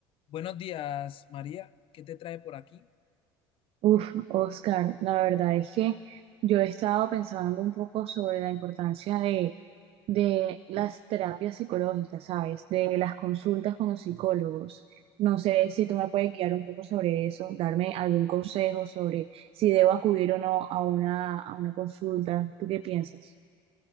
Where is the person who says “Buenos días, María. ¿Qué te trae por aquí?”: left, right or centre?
Left